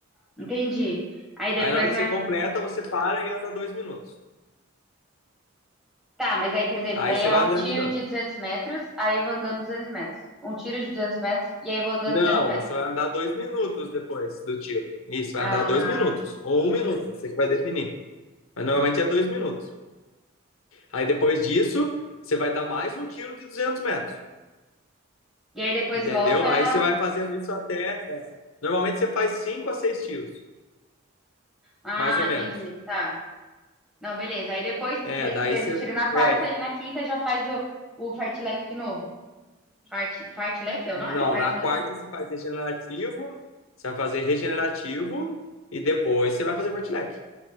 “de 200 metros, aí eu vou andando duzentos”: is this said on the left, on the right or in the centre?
Centre